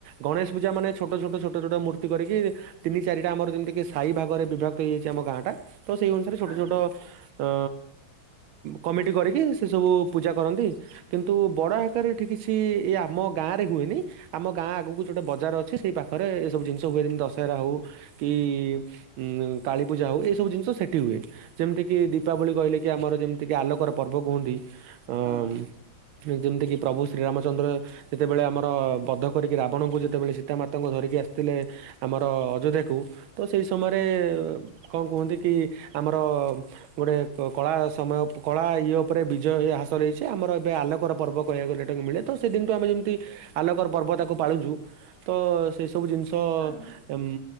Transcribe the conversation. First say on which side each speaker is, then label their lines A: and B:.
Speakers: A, on the right; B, on the right.
A: ଗଣେଶ ପୂଜା ମେ ଛୋଟ ଛୋଟ ଛୋଟ ମୂର୍ତ୍ତି କରିକି ତିନି ଚାରିଟା ଆମର ଯେମିତିକି ସାଇ ଭାଗରେ ବିଭକ୍ତ ହେଇଯାଇଛି ଆମ ଗାଁଟା ତ ସେଇ ଅନୁସାରେ ଛୋଟ
B: ଆଜ୍ଞା
A: ଛୋଟ ଅ କମିଟି କରିକି ସେ ସବୁ ପୂଜା କରନ୍ତି। କିନ୍ତୁ ବଡ ଆକାରରେ ଏଠି କିଛି ଆମ ଗାଁ ରେ ହୁଏନି ଆମ ଗାଁ ଆଗକୁ ଗୋଟେ ବଜାର ଅଛି ସେଇ ପାଖରେ ଏ ସବୁ ଜିନିଷ ହୁଏ ଯେମିତି ଦଶହରା ହଉ କି ଉଁ କାଳୀ ପୂଜା ହଉ ଏଇ ସବୁ ଜିନିଷ ସେଠି ହୁଏ ଯେମିତି କିି ଦୀପାବଳି କହିଲେ କି ଆମର ଯେମିତି କିି ଆଲୋକର ପର୍ବ କୁହନ୍ତି ଅ
B: ହଁ
A: ଯେମିତିକି ପ୍ରଭୁ ଶ୍ରୀରାମଚନ୍ଦ୍ର ଯେତେବେଳେ ଆମର ବଧ କରିକି ଆପଣଙ୍କୁ ଯେତେବେଳେ ସୀତାମାତାଙ୍କୁ ଧରିକି ଆସିଥିଲେ ଆମର ଅଯୋଧ୍ୟାକୁ ତ ସେଇ ସମୟରେ କଣ କୁହନ୍ତି କି ଆମର ଗୋଟେ କଳା ସମୟ କଳା ଇଏ ଉପରେ ବିଜୟ ହାସଲ ହେଇଛି ଆମର ଏବେ ଆଲୋକର ପର୍ବ କହିବାକୁ ଗଲେ ଏଟାକୁ ମିଳେ ତ ସେଦିନୁଠୁ ଆମେ ଯେମିତି ଆଲୋକର ପର୍ବ ତାକୁ ପାଳୁଛୁ ତ ସେଇ ସବୁ ଜିନିଷ ଉ
B: ଆଜ୍ଞା